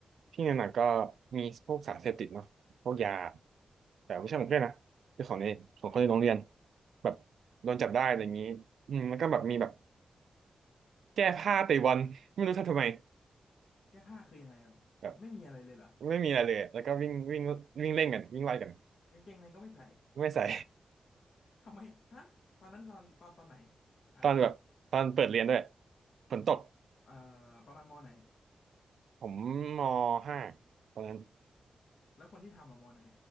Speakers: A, on the right; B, on the left.
A: ที่หนักๆก็มีพวกสารเสพติดเนาะพวกยาแต่ไม่ใช่ของเพื่อนนะคือของในของคนในโรงเรียนแบบโดนจับได้อะไรอย่างนี้อืมแล้วก็แบบมีแบบ
B: โอ้โห
A: แก้ผ้าเตะบอลไม่รู้ทำทำไม
B: แก้ผ้าคือยังไงแบบไม่มีอะไรเลยเหรอ
A: แบบไม่มีอะไรเลยอะแล้วก็วิ่งวิ่งวิ่งเล่นกันวิ่งไล่กัน
B: กางเกงในก็ไม่ใส่
A: ไม่ใส่
B: ทำไมฮะตอนนั้นตอนตอนตอนไหน
A: <laughs>
B: อ่า
A: ตอนแบบตอนเปิดเรียนด้วย
B: ปะ
A: ฝนตก
B: อ่าประมาณมอไหน
A: ผมมห้าตอนนั้น
B: แล้วคนที่ทำอะมอไหน